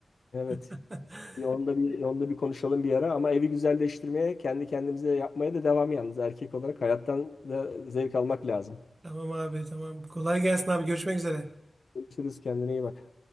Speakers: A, on the left; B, on the right.
A: Evet.
B: <laughs>
A: Bir onda bir onda bir konuşalım bir ara ama evi güzelleştirmeye, kendi kendimize yapmaya da devam yalnız erkek olarak hayattan da zevk almak lazım.
B: Tamam abi tamam. Kolay gelsin abi. Görüşmek üzere.
A: Görüşürüz kendine iyi bak.